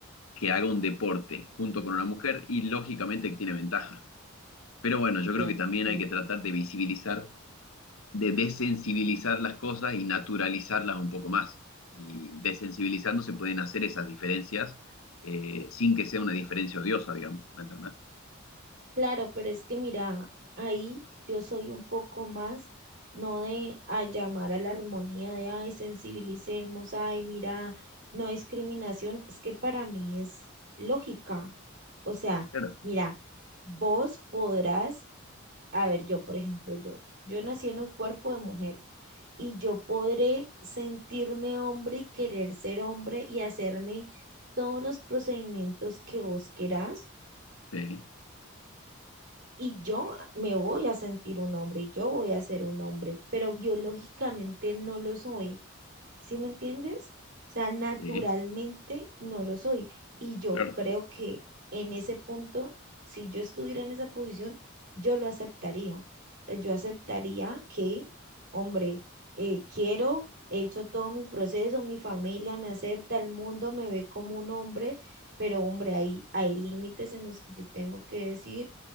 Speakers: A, on the left; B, on the right.
A: que haga un deporte junto con una mujer y lógicamente tiene ventaja. Pero bueno,
B: De
A: yo creo que
B: acuerdo.
A: también hay que tratar de visibilizar, de desensibilizar las cosas y naturalizarlas un poco más. Y desensibilizando se pueden hacer esas diferencias eh, sin que sea una diferencia odiosa, digamos, ¿me entendés?
B: Claro, pero es que mira, ahí yo soy un poco más, no de a llamar a la armonía de, ay, sensibilicemos, ay, mira, no discriminación, es que para mí es lógica. O sea,
A: Claro,
B: mira, vos podrás, a ver, yo, por ejemplo, yo, yo nací en un cuerpo de mujer. y yo podré sentirme hombre y querer ser hombre y hacerme todos los procedimientos que vos querás.
A: Sí,
B: Y yo me voy a sentir un hombre y yo voy a ser un hombre, pero biológicamente no lo soy. ¿Sí me entiendes? O sea, naturalmente
A: sí,
B: no lo soy. Y yo
A: claro,
B: creo que en ese punto, si yo estuviera en esa posición, yo lo aceptaría. O sea, Yo aceptaría que, hombre, eh, quiero, he hecho todo mi proceso, mi familia me acepta, el mundo me ve como un hombre, pero hombre, hay, hay límites en los que yo tengo que decir,